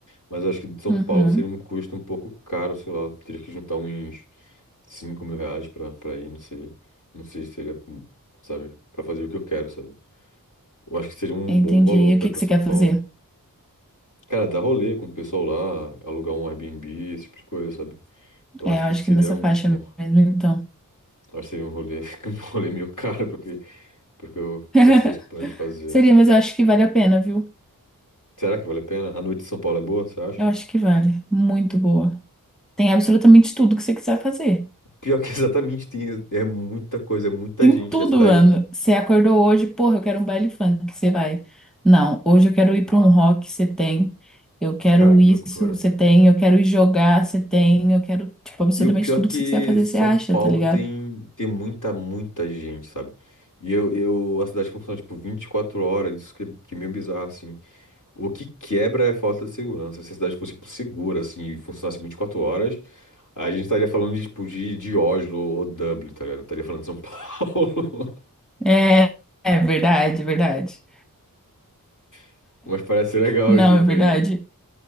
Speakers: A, on the left; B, in the centre.
A: Mas eu acho que de São
B: Uhum.
A: Paulo seria um custo um pouco caro, sei lá. Teria que juntar uns 5 mil reais pra, pra ir, não sei. Não sei se seria, sabe, pra fazer o que eu quero, sabe? Eu acho que seria um
B: Entendi.
A: bom valor
B: E
A: pra
B: o que
A: ir pra
B: que você
A: São
B: quer
A: Paulo.
B: fazer?
A: Cara, dar rolê com o pessoal lá, alugar um Airbnb, esse tipo de coisa, sabe? Então
B: É,
A: acho
B: eu
A: que
B: acho
A: seria
B: que nessa
A: um,
B: faixa
A: um- acho
B: mesmo, então.
A: que seria um rolê, <laughs> um rolê meio caro, porque, porque eu,
B: <laughs>
A: para as coisas que eu planejo fazer.
B: Seria, mas eu acho que vale a pena, viu?
A: Será que vale a pena? A noite em São Paulo é boa, você acha?
B: Eu acho que vale. Muito boa. Tem absolutamente tudo que você quiser fazer.
A: Pior que <laughs> exatamente tem, é muita coisa, é muita
B: Tem
A: gente.
B: tudo,
A: E a cidade,
B: mano. Você acordou hoje, porra, eu quero um baile funk, você vai. Não, hoje eu quero ir pra um rock, você tem. Eu quero
A: cara, que
B: isso,
A: loucura.
B: você tem. Eu quero ir jogar, você tem. Eu quero, tipo, absolutamente
A: E o pior
B: tudo
A: é que
B: que você quiser fazer,
A: São
B: você acha,
A: Paulo
B: tá ligado?
A: tem, tem muita, muita gente, sabe? E eu, eu, a cidade funciona tipo 24 horas, isso que, que é meio bizarro, assim. O que quebra é a falta de segurança. Se a cidade fosse tipo, segura, assim, e funcionasse 24 horas, a gente estaria falando de, tipo, de, de Oslo ou Dublin, tá ligado? Não estaria falando de São Paulo.
B: É, é verdade, é verdade.
A: <laughs> Mas parece legal
B: Não,
A: de ir
B: é
A: pra
B: verdade.
A: aí.